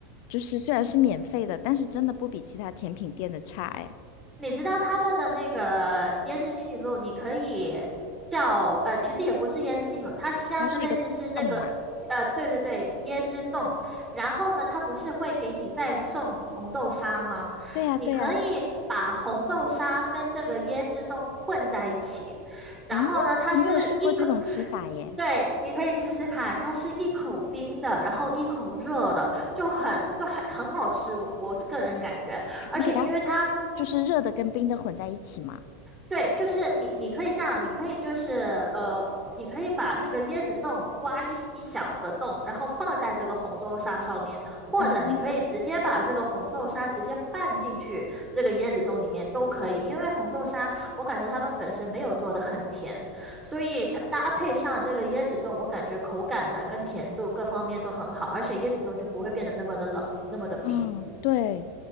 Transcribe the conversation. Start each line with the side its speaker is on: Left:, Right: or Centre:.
Left: 就是虽然是免费的，但是真的不比其他甜品店的差哎，
Right: 你知道他们的那个椰汁西米露，你可以叫呃，其实也不是椰汁西米露，它像是类似是那个呃，
Left: 它是一个洞嘛，
Right: 对对对，椰汁冻。然后呢，它不是会给你再送红豆沙吗？
Left: 对呀对呀，
Right: 你可以把红豆沙跟这个椰汁冻混在一起，然后呢，
Left: 嗯，
Right: 它是一口，
Left: 我没有试过这种吃法耶，
Right: 对，你可以试试看，它是一口冰的，然后一口热的，就很就很很好吃，我我个人感觉。而且因为它
Left: 你给它就是热的跟冰的混在一起嘛。
Right: 对，就是你，你可以这样，你可以就是呃，你可以把那个椰子冻挖一一小个洞，然后放在这个红豆沙上面，或者你可以直接把这个红豆沙直接拌进去这个椰子冻里面都可以，
Left: 哦
Right: 因为红豆沙我感觉他们本身没有做的很甜，所以它搭配上这个椰子冻，我感觉口感呢跟甜度各方面都很好，而且椰子冻就不会变得那么的冷，那么的冰。
Left: 嗯，对，